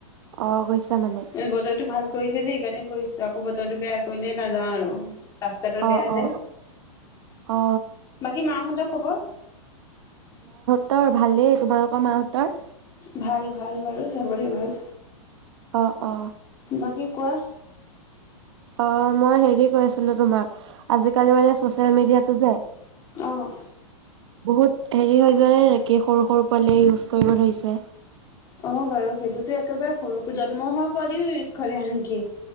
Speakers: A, on the right (about 55°); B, on the left (about 20°).
A: অ গৈছা মানে
B: বতৰটো ভাল কৰিছে যে সেইকাৰণে গৈছ। আকৌ বতৰটো বেয়া কৰিলেই নাযাওঁ আৰু। ৰাস্তাতাল
A: অ
B: বেয়া যে,
A: অ অ
B: বাকী মাহতৰ খবৰ?
A: তৰ ভালেই তোমালোকৰ মাহতৰ?
B: ভাল ভাল বাৰু চবৰে ভাল,
A: অ অ
B: বাকী কোৱা?
A: অ মই হেৰি কৰিছিলো তোমাক, আজিকালি মানে চচিয়েল মিডিয়াটো যে
B: আহ।
A: বহুত হেৰি হৈ জানে নেকি, সৰু সৰু পোৱালি ইউজ কৰিব ধৰিছে।
B: অ বাৰু সেইটোতো একেবাৰে সৰু জন্ম হোৱা পোৱালিউ ইউ কৰে নেকি,